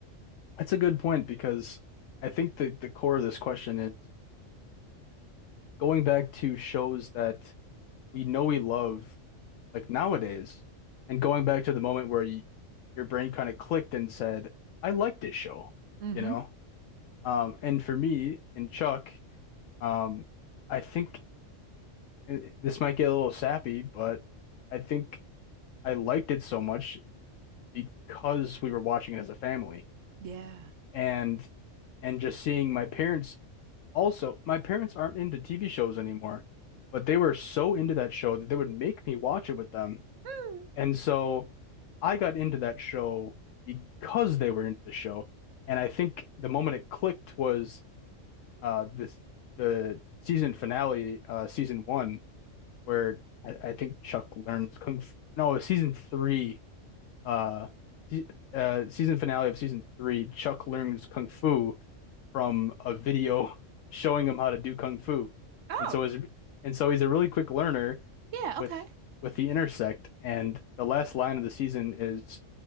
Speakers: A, on the left; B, on the right.
A: That's a good point because I think the the core of this question is going back to shows that we know we love like nowadays, and going back to the moment where you, your brain kind of clicked and said, "I like this show,"
B: Mm-hmm.
A: you know. Um, and for me and Chuck, um, I think. and this might get a little sappy, but I think I liked it so much because we were watching it as a family
B: Yeah.
A: and and just seeing my parents also my parents aren't into TV shows anymore, but they were so into that show that they would make me watch it with them.
B: Hmm.
A: And so I got into that show because they were into the show. And I think the moment it clicked was uh this the season finale, uh season one where I, I think Chuck learns kung fu. No, season three, uh, uh, season finale of season three, Chuck learns kung fu from a video <laughs> showing him how to do kung fu,
B: Oh,
A: and so is and so he's a really quick learner
B: yeah, okay.
A: with with the intersect. And the last line of the season is